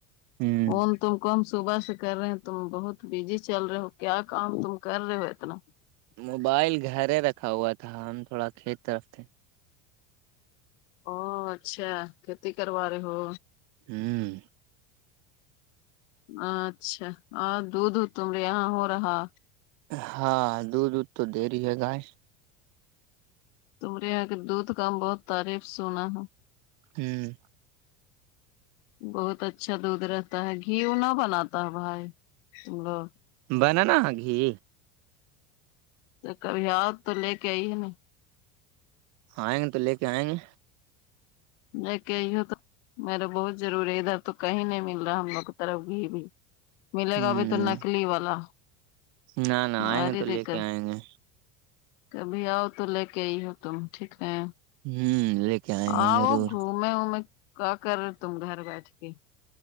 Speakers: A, on the right; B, on the left.
A: ہوں
B: کال تم کو ہم صبح سے کر رہے تم بہت بزی چل رہے ہو کیا کام تم کر رہے ہو اتنا
A: موبائل گھرے رکھا ہوا تھا ہم تھوڑا کھیت طرف تھے
B: او اچھا کھیتی کروا رہے ہو
A: ہمم
B: اچھا اور دودھ تمرے یہاں ہو رہا
A: ہاں دودھ وود تو دے رہی ہے گائے
B: تمرے یہاں کہ دودھ کا ہم بہت تعریف سونا ہے
A: ہمم
B: بہت اچھا دودھ رہتا ہے گھیو نہ بناتا ہے بھائی تم لوگ
A: بنانا گھی
B: تو کبھی اؤ تو لے کے آئی یے ہمیں
A: آئیں گے تو لے کے آئیں گے
B: لیکے آئے ہو تو میرے بہت ضروری ہے ادھر تو کہیں نہیں مل رہا ہم لوگ کی طرف گھی بھی ملے
A: ہ
B: گا بھی تو نکلی والا
A: نہ نہ
B: باری
A: آئیں گے تو
B: دقت
A: لے کے آئیں گے
B: کبھی آؤ تو لے کے آئی ہو تم ٹھیک ہے
A: ہ لے کے آئیں گے
B: آؤ
A: ضرور
B: گھوم مے ومےکیا کر تم گھر بیٹھ کے